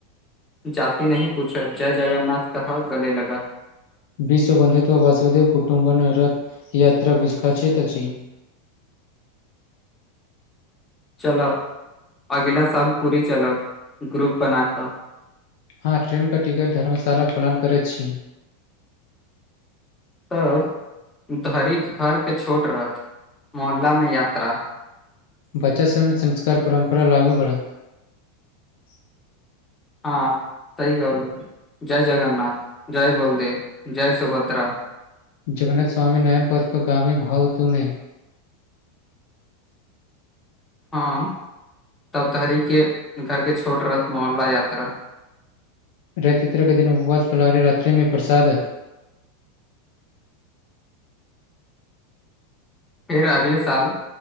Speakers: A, on the left (about 20°); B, on the left (about 65°).
A: जाति नहि पूछा जय जगन्नाथ कहअ गले लगा
B: विश्व बन्धुत्व वासुदेव कुटुंब रथ याता विछ काछैत अछि
A: <inaudible> चल अगिला साल पूरी चलब ग्रुप बना क
B: हँ ट्रेन के टिकट धर्मशाला पलान करैत छी
A: तब धरिक हर के छोट रथ मोहल्ला मे यात्रा
B: बच्चा सभमे संस्कार परम्परा लागू बढ़त
A: हँ सही कहलु जय जगन्नाथ जय बलदेव जय सुभद्रा
B: जगन्नाथ स्वामी नयन पथ पर गामी भााव तुमे
A: हँ तब धरी के घरके छोट रथ मोहल्ला यात्रा
B: रथ यात्रा के दिन उपवास फलहारी रात्रि मे प्रसाद
A: फिर अगले साल